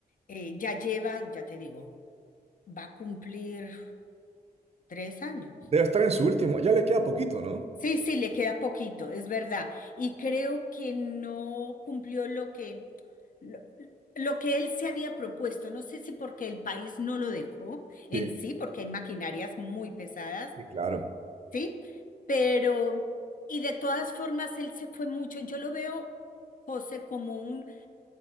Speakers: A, on the left; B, on the right.
A: Eh, ya lleva, ya te digo, va a cumplir tres años.
B: Debe estar en su último. Ya le queda poquito, ¿no?
A: Sí, sí, le queda poquito, es verdad. Y creo que no cumplió lo que, lo, lo que él se había propuesto. No sé si porque el país no lo dejó
B: Sí,
A: en sí, porque hay maquinarias muy pesadas,
B: sí, claro.
A: ¿sí? Pero, y de todas formas, él se fue mucho. Yo lo veo, José, como un,